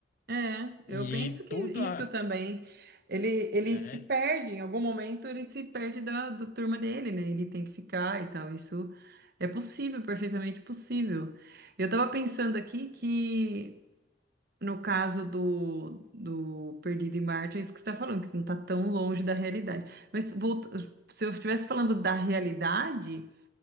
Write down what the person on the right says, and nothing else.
É, eu
penso que
isso
também. Ele, ele
se perde, em algum momento ele se perde da, da turma dele, né? Ele tem que ficar e tal. Isso é possível, perfeitamente possível. Eu tava pensando aqui que, no caso do, do Perdido em Marte, é isso que você tá falando, que não tá tão longe da realidade. Mas volta- se eu estivesse falando da realidade.